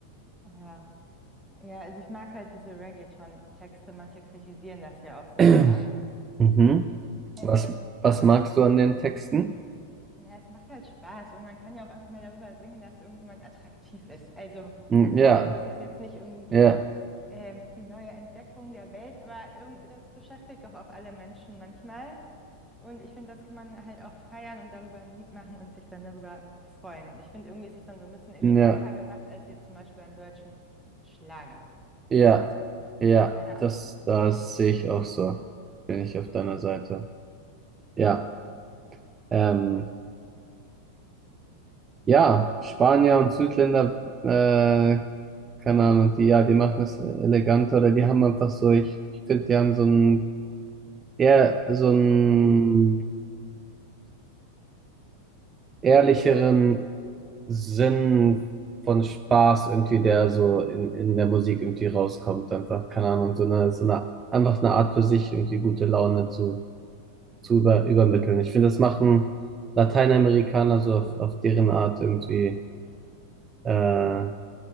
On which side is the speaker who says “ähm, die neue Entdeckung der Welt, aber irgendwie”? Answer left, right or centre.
Centre